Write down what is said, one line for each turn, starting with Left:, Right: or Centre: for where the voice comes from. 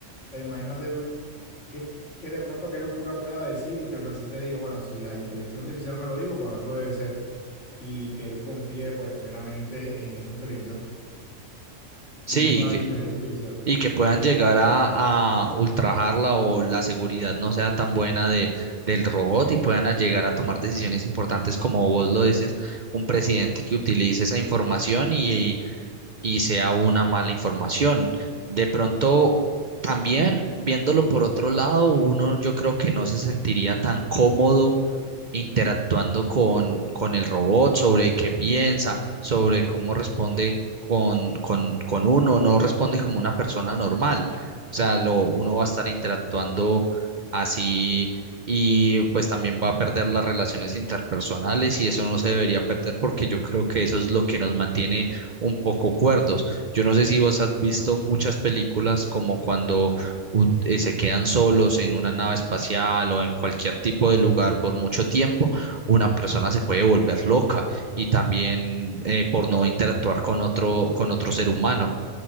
Left: sea, imagínate el- que, que de pronto qué locura pueda decir y que el presidente diga, bueno, si la inteligencia artificial me lo dijo, por algo debe ser, y que él confíe pues plenamente en esa inteligencia,
Right: Sí,
Left: en esa
Right: y que,
Left: inteligencia artificial.
Right: y que puedan llegar a, a ultrajarla o la seguridad no sea tan buena de, del robot y puedan a llegar a tomar decisiones importantes, como vos lo dices, un presidente que utilice esa información y y sea una mala información. De pronto, también viéndolo por otro lado, uno yo creo que no se sentiría tan cómodo interactuando con, con el robot, sobre qué piensa, sobre cómo responde con, con, con uno, no responde como una persona normal. O sea, lo, uno va a estar interactuando así y pues también va a perder las relaciones interpersonales y eso no se debería perder porque yo creo que eso es lo que nos mantiene un poco cuerdos. Yo no sé si vos has visto muchas películas como cuando ut- eh, se quedan solos en una nave espacial o en cualquier tipo de lugar por mucho tiempo, una persona se puede volver loca y también eh, por no interactuar con otro, con otro ser humano.